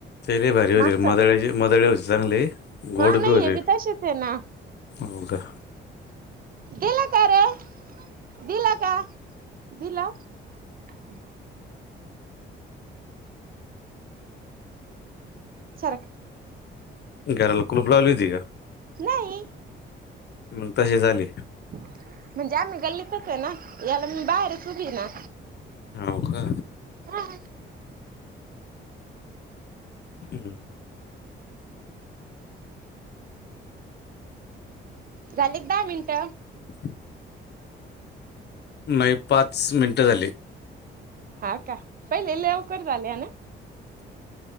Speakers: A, on the left; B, on the right.
A: ते बी भारी होते.
B: मागच
A: रे मदळेची मदळे होते, चांगले गोड
B: हा नाही
A: बी होते,
B: हे तसेच आहे ना
A: हो का?
B: दिल का रे? दिल का? दिलं? हम्. सरख <unintelligible>
A: घराला कुलूप लावली होती का?
B: नाही.
A: मग तशीच आली?
B: म्हणजे आम्ही गल्लीतच आहे, ना याला मी बाहेरच उभी ना.
A: हव का?
B: हा
A: हम्.
B: झालेत दहा मिनट.
A: <inaudible> नाही, पाच मिनिट झाले.
B: हा, का? पहिले लवकर झाले ना?